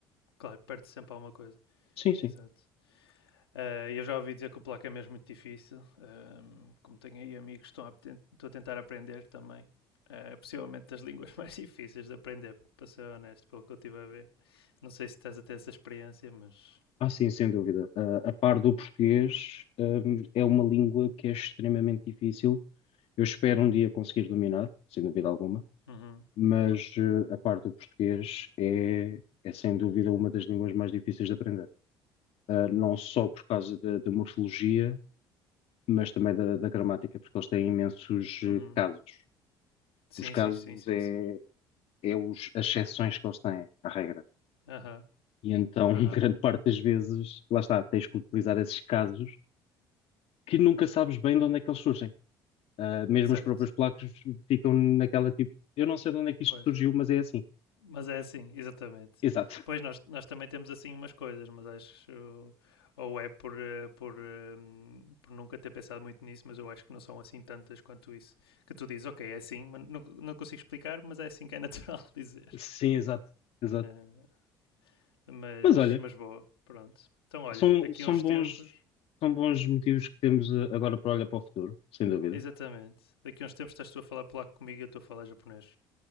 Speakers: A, on the left; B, on the left.
A: Claro, perde sempre alguma coisa.
B: Sim, sim.
A: Exato. Ah, eu já ouvi dizer que o polaco é mesmo muito difícil. Ahm, como tenho aí amigos que estão a, estou a tentar aprender também. Ah, É uh, possivelmente das <laughs> línguas mais difíceis de aprender, para ser honesto, pelo que eu estive a ver. Não sei se tens até essa experiência, mas.
B: Ah, sim, sem dúvida. Ah, a par do português, hum, é uma língua que é extremamente difícil. Eu espero um dia conseguir dominar, sem dúvida alguma,
A: Uhum,
B: mas eh, a par do português é, é sem dúvida uma das línguas mais difíceis de aprender. Ah, não só por causa da, da morfologia, mas também da, da gramática, porque eles têm imensos eh,
A: uhum.
B: casos.
A: Sim,
B: Os casos
A: sim, sim, sim,
B: é,
A: sim.
B: é os, as exceções que eles têm à regra.
A: Aham,
B: E então,
A: aham.
B: <laughs> grande parte das vezes, lá está, tens que utilizar esses casos que nunca sabes bem de onde é que eles surgem. Ah, mesmo
A: Certo.
B: os próprios placos ficam naquela tipo, eu não sei de onde é que isto
A: Pois.
B: surgiu, mas é assim.
A: Mas é assim, exatamente.
B: Exato.
A: Pois nós, nós também temos assim umas coisas, mas acho. Ou é por, eh, por, eh, por nunca ter pensado muito nisso, mas eu acho que não são assim tantas quanto isso. Que tu dizes, ok, é assim, mas não, não consigo explicar, mas é assim que é natural <laughs> dizer.
B: Sim, exato, exato.
A: Eh, mas,
B: Mas olha,
A: mas boa, pronto. Então olha,
B: são,
A: daqui
B: são
A: a uns
B: bons,
A: tempos,
B: são bons motivos que temos ah, agora para olhar para o futuro, sem dúvida.
A: exatamente, daqui a uns tempos estás tu a falar polaco comigo e eu estou a falar japonês.